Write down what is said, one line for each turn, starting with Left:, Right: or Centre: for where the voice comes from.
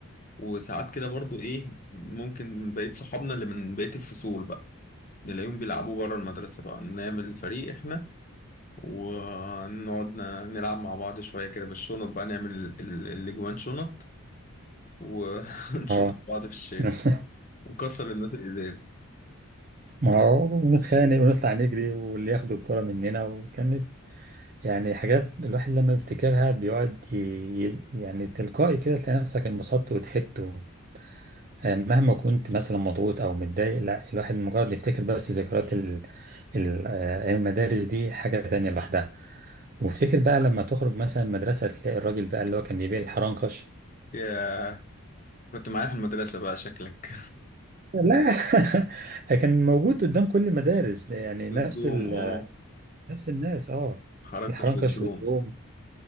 Left: وساعات كده برضو ايه ممكن بقية صحابنا اللي من بقية الفصول بقى نلاقيهم بيلعبوا بره المدرسة بقى نعمل فريق احنا ونقعد ن- نلعب مع بعض شوية كده بالشنط بقى نعمل ال- ال- الاجوان شنط و- <laughs> ونشوط
Right: اه
Left: بعض في الشارع
Right: <laughs>
Left: ونكسر الناس الازاز
Right: ما هو نتخانق ونطلع نجري واللي ياخد الكرة مننا وكانت يعني حاجات الواحد لما بيفتكرها بيقعد ي... ي- يعني تلقائي كده تلاقي نفسك انبسطت وضحكت و... آه، مهما كنت مثلا مضغوط او متضايق لا الواحد مجرد يفتكر بس ذكريات ال... ال... آه، أيام المدارس دي حاجة تانية لوحدها وافتكر بقى لما تخرج مثلا المدرسة تلاقي الراجل بقى اللي هو كان بيبيع الحرنكش
Left: يا كنت معايا في المدرسة بقى شكلك
Right: لا <laughs> كان موجود قدام كل المدارس يعني
Left: <laughs>
Right: نفس
Left: الدوم
Right: ال...
Left: اه
Right: نفس الناس اه
Left: حرنكش
Right: الحرنكش
Left: والدوم
Right: والدوم